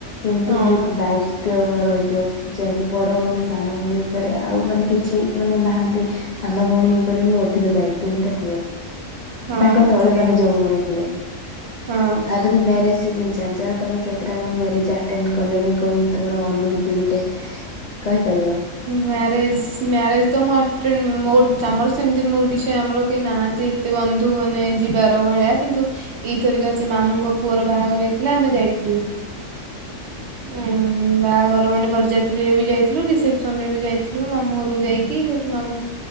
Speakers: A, on the left; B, on the right.
A: କିନ୍ତୁ
B: ହଁ
A: ବହୁତ ଦାୟି ତ ରହିଥିବ ଯେହେତୁ ବଡ ଭଉଣୀ ସାନ ଭଉଣୀ ଉପରେ ଆଉ ମାନେ କିଛି ମାନେ ନାହାନ୍ତି ସାନ ଭଉଣୀ ଉପରେ ହିଁ ଅଧିକ ଦାୟିତ୍ୱ ହିଁ ଟା ଥିବ।
B: ହଁ
A: ତାଙ୍କ ତଳେ
B: ସେଇୟା
A: ମାନେ ଯୋଉ ଭଉଣୀ ଥିବେ। ଆଉ
B: ହଁ
A: ଯଦି ମ୍ୟାରେଜ ସିଯିନ ଚାଲିଚି ଆଉ ତମେ କେତେଟା କଣ ମ୍ୟାରେଜ ଆଟେଣ୍ଡ କଲଣି କଣ ତମର ଅନୁଭୂତି ଗୋଟେ। କହିପାରିବ।
B: ମ୍ୟାରେଜ ମ୍ୟାରେଜ ତ ମୁଁ ଆଟେନ ମୋ ତମର ସେମତି ମୋର କିଛି ଆମର କେହି ନାହାନ୍ତି। ଏତେ ବନ୍ଧୁ ମାନେ ଯିବାର ଭଳିଆ କିନ୍ତୁ ଏଇ ଥରିକ ସେ ମାମୁଁଙ୍କ ପୁଅର ବାହାଘର ହେଇଥିଲା ଆମେ ଯାଇଥିଲୁ। ଉଁନ ବାହାଘର ମାନେ ବରଯାତ୍ରୀରେ ବି ଯାଇଥିଲୁ ରିସେପ ସନ୍ ରେ ବି ଯାଇଥିଲୁ ମାମୁଁ ଘରୁକୁ ଯାଇକି ସେଠି ମାମୁ